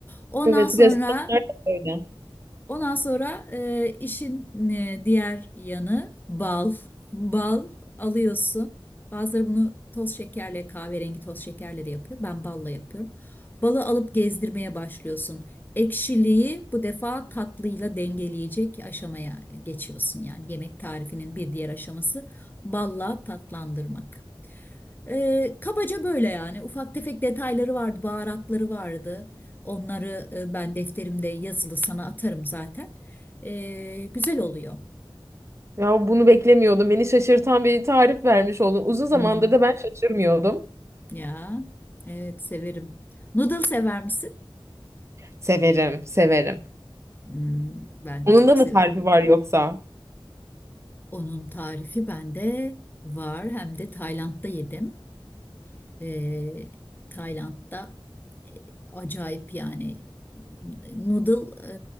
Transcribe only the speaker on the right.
Evet,
ressamlar da öyle.
Ya bunu beklemiyordum. Beni şaşırtan bir tarif vermiş oldun. Uzun zamandır
da ben şaşırmıyordum.
Severim, severim.
Onun
da mı
tarifi var yoksa?